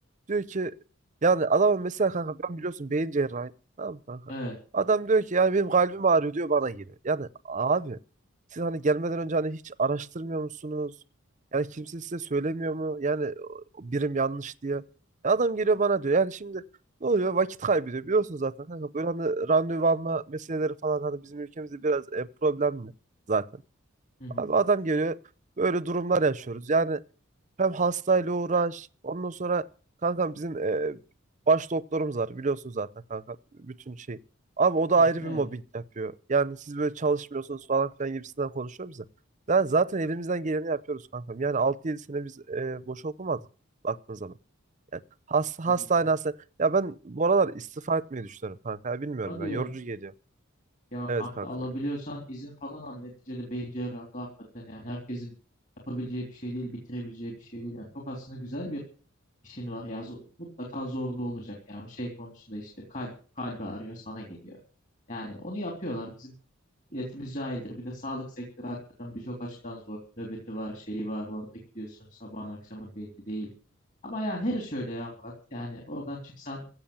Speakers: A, on the right; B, on the left.
A: Diyor ki yani adamın mesela kanka ben biliyorsun beyin cerrahi. Tamam mı kanka.
B: Evet.
A: Adam diyor ki yani benim kalbim ağrıyor diyor bana geliyor. Yani abi siz hani gelmeden önce hani hiç araştırmıyor musunuz? Yani kimse size söylemiyor mu? Yani o birim yanlış diye. E Adam geliyor bana diyor. Yani şimdi ne oluyor? Vakit kaybediyor. Biliyorsun zaten kanka böyle hani randevu alma meseleleri falan hani bizim ülkemizde biraz e, problemli zaten.
B: Hı hı.
A: Abi adam geliyor. Böyle durumlar yaşıyoruz. Yani hem hastayla uğraş. Ondan sonra kankam bizim e, baş doktorumuz var. Biliyorsun zaten kanka bütün şey. Abi o da
B: Hı
A: ayrı
B: hı.
A: bir
B: Evet.
A: mobbing yapıyor. Yani siz böyle çalışmıyorsunuz falan filan gibisinden konuşuyor bize. Yani zaten elimizden geleni yapıyoruz kankam. Yani altı yedi sene biz e, boş okumadık baktığın zaman. Yani has, hastane
B: Yapabilirim.
A: hastane. Ya ben bu aralar istifa etmeyi düşünüyorum kanka. Ya bilmiyorum
B: Hadi
A: ya.
B: ya.
A: Yorucu geliyor.
B: Ya
A: Evet
B: kanka
A: kankam.
B: alabiliyorsan izin falan al. Neticede beyin cerrahı hakikaten yani herkesin yapabileceği bir şey değil, bitirebileceği bir şey değil. Yani çok aslında güzel bir işin var ya. Zo- mutlaka zorlu olacak yani şey konusunda işte kalp kalbi arıyor sana geliyor. Yani onu yapıyorlar. Bizim Milletimiz cahildir. Bir de sağlık sektörü hakikaten birçok açıdan zor. Nöbeti var, şeyi var. Orada gidiyorsun sabahın akşamın belli değil. Ama yani her iş öyle ya Murat. Yani oradan çıksan